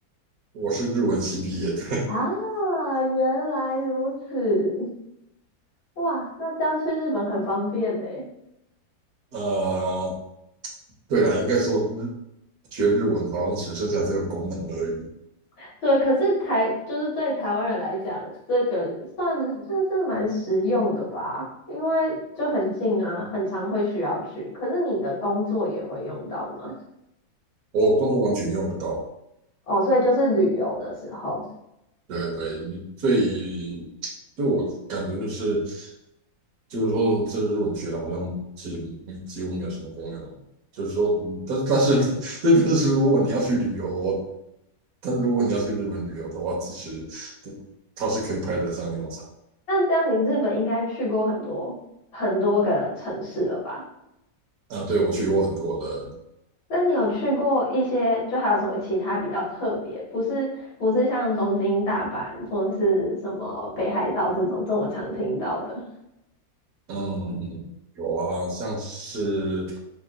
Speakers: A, on the right (about 55°); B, on the left (about 85°).
A: 我是日文系毕业的，
B: 啊，原来如此。哇，那这样去日本很方便呢。
A: <laughs> 呃，对了，应该说日学日文好像只剩下这个功能而已，
B: <laughs> 对，可是台就是对台湾人来讲，这个算算是蛮实用的吧，因为就很近啊，很常会需要去。可是你的工作也会用到吗？
A: 我工作完全用不到。
B: 哦，所以就是旅游的时候。
A: 对对，你所以对我感觉就是。就是说，这日我学的好像其实没几乎没有什么功用。就是说，嗯但是但是 <laughs> 但但是如果你要去旅游，但如果你要去日本旅游的话，其实这它是可以派得上用场。
B: 那这样你日本应该去过很多很多个城市了吧？
A: 啊，对，我去过很多了，
B: 那你有去过一些，就还有什么其他比较特别，不是不是像东京、大阪或者是什么北海道这种这么常听到的？
A: 嗯，有啊，像是